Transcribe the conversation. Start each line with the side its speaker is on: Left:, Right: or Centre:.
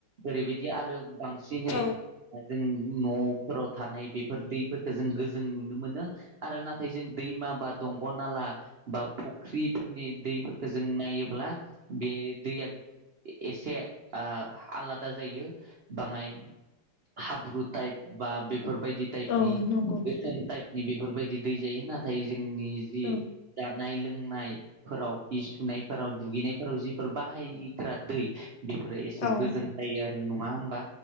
Right: ओरैबायदि आरो बांसिनै
Left: औ
Right: ओ जों न'फोराव थानाय बेफोर दैफोरखो जों गोजों नुनो मोनो आरो नाथ थाय जों दैमा बा दंग'नाला बा फुख्रिफोरनि दैफोरखो जों नायोब्ला बे दैया ए एसे ओ आलादा जायो बाङाय हाब्रु टाइप बा बेब फोरबायदि टाइपनि
Left: औ नंगौ
Right: गोसोन टाइपनि बेफोरबायदि दै जायो नाथाय जों जोंनि जि
Left: औ
Right: जानाय लोंनायफोराव हि सुनायफोराव दुगैनायफोराव जिफोर बाहायग्रा दै बेफोरो एसे
Left: औ
Right: गोजों जायो आरो नङा होमबा